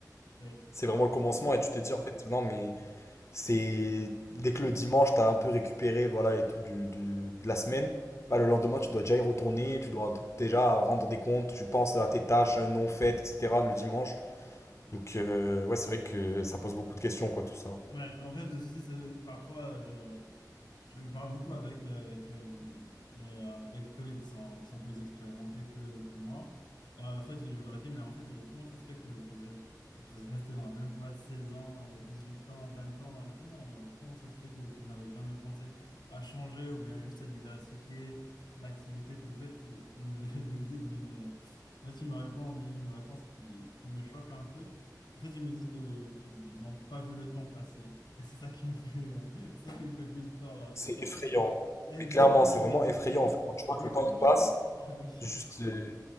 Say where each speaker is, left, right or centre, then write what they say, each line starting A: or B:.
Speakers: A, on the left; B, on the left.
A: oui.
B: C'est vraiment le commencement, et tu te dis, en fait, non, mais C'est dès que le dimanche, tu as un peu récupéré voilà, et tout du, du- de la semaine, bah, le lendemain, tu dois déjà y retourner, tu dois déjà rendre des comptes, tu penses à tes tâches non faites, etc. le dimanche. Donc, euh, ouais, c'est vrai que ça pose beaucoup de questions, quoi, tout ça.
A: Ouais, en fait, le souci, c'est que parfois, je, Je, je parle beaucoup avec, euh, avec, euh, les, euh, avec les collègues qui sont, qui sont plus expérimentés que, que moi. Euh, en fait, je, je leur dis, mais en fait, euh, comment ça se fait que vous êtes, que vous êtes resté dans la même boîte 16 ans, euh, huit ans, 20 ans? euh, comment, euh, comment ça se fait que, que vous n'avez jamais pensé à changer ou bien juste à diversifier l'activité que vous faites? Ils ils me, <laughs> ils me disent une, euh, en fait, ils me répondent une réponse qui, qui me choque un peu. En fait, ils me disent que, qu'ils n'ont pas vu le temps passer. Et c'est ça qui me fait, euh, <laughs> ça qui me fait plus peur. euh,
B: C'est effrayant.
A: Exactement,
B: Mais clairement, c'est vraiment
A: en fait, tu
B: effrayant,
A: te dis,
B: en fait. Quand tu vois
A: mais
B: que le temps,
A: comment
B: il passe,
A: t'as... <laughs> Ah oui.
B: juste... euh,